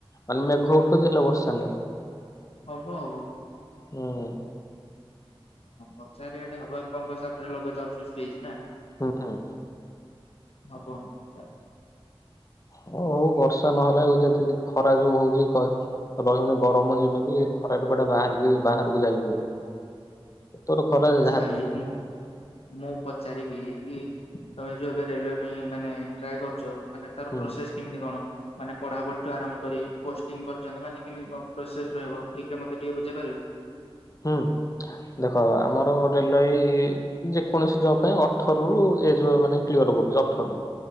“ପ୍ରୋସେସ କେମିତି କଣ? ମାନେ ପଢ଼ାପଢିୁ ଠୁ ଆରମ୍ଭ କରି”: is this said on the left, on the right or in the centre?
Left